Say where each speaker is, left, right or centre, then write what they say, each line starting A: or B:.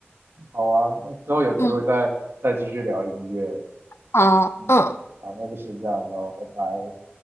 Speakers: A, on the right; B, on the left.
A: 好啊，那之后有机会再再继续聊音乐，
B: 嗯，好，
A: 嗯，
B: 嗯。
A: 好，那就先这样咯，拜拜。